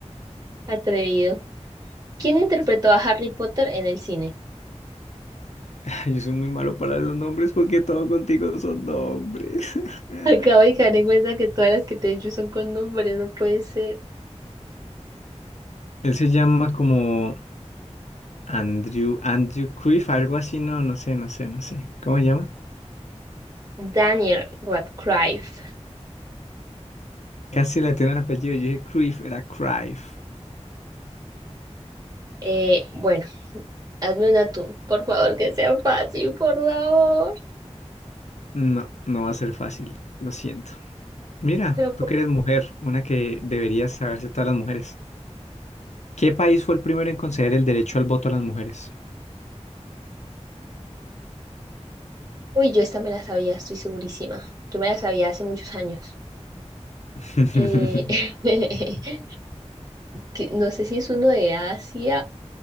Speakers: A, on the right (about 35°); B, on the left (about 75°).
A: Atrevido. ¿Quién interpretó a Harry Potter en el cine?
B: <laughs> Yo soy muy malo para los nombres porque todo contigo son nombres. <laughs>
A: Acabo de caer en cuenta que todas las que te he dicho son con nombres, no puede ser.
B: Él se llama como Andrew, Andrew Cruyff, algo así, no, no sé, no sé, no sé. ¿Cómo se llama?
A: Daniel Radcliffe.
B: Casi le tiene el apellido, yo dije Cruyff, era Cruyff.
A: Eh, bueno, hazme una tú, por favor, que sea fácil, por favor.
B: No, no va a ser fácil, lo siento. Mira,
A: Pero por...
B: tú que eres mujer, una que deberías saberse todas las mujeres. ¿Qué país fue el primero en conceder el derecho al voto a las mujeres?
A: Uy, yo esta me la sabía, estoy segurísima. Yo me la sabía hace muchos años.
B: <laughs>
A: Eh, <laughs> que no sé si es uno de Asia